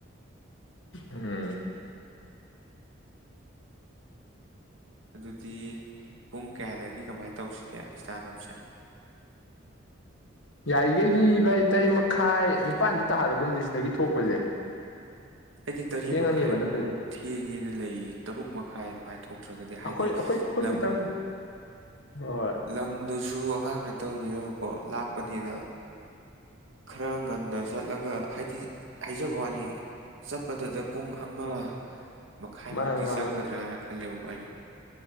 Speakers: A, on the left; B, on the right.
A: ꯎꯝ
B: ꯑꯗꯨꯗꯤ ꯄꯨꯡ ꯀꯌꯥꯗꯒꯤ ꯀꯃꯥꯏꯅ ꯇꯧꯁꯤꯒꯦ ꯏꯁꯇꯥꯔꯠ ꯑꯞꯁꯦ
A: ꯌꯥꯔꯤꯈꯩꯗꯤ ꯚꯥꯏ ꯇꯔꯦꯠ ꯃꯈꯥꯏ ꯅꯤꯄꯥꯜꯗꯤ ꯇꯥꯍꯜꯂꯒꯨꯝꯁꯦ ꯁꯤꯗꯒꯤ ꯊꯣꯛꯄꯁꯦ
B: ꯑꯩꯗꯤ ꯇꯔꯦꯠ
A: ꯊꯦꯡꯉꯅꯤꯕ
B: ꯃꯈꯥꯏꯗꯨꯕꯨ
A: ꯅꯠꯇ꯭ꯔꯗꯤ
B: ꯊꯦꯡꯉꯦꯅ ꯂꯩꯔꯤ ꯇꯔꯨꯛ ꯃꯈꯥꯏ ꯑꯗꯨꯃꯥꯏꯅ ꯊꯣꯛꯇ꯭ꯔꯒꯗꯤ ꯍꯥꯏꯗꯤ
A: ꯑꯩꯈꯣꯏ ꯑꯩꯈꯣꯏ ꯑꯩꯈꯣꯏ
B: ꯂꯝ
A: ꯈꯤꯇꯪ ꯍꯣꯏ
B: ꯂꯝꯗꯨꯁꯨ ꯑꯉꯥꯡ ꯅꯠꯇꯕꯅꯤꯅ ꯀꯣ ꯂꯥꯞ ꯄꯅꯤꯅ ꯈꯔ ꯉꯟꯅ ꯆꯠꯂꯒ ꯍꯥꯏꯗꯤ ꯍꯥꯏꯖꯕ ꯋꯥꯅꯤ ꯆꯠꯄꯗꯗ ꯄꯨꯡ ꯑꯃ ꯃꯈꯥꯏꯃꯨꯛꯇꯤ
A: ꯃꯥꯅꯦ ꯃꯥꯅꯦ
B: ꯆꯪꯒꯗ꯭ꯔꯥꯅ ꯍꯂꯎ ꯑꯩꯅꯨ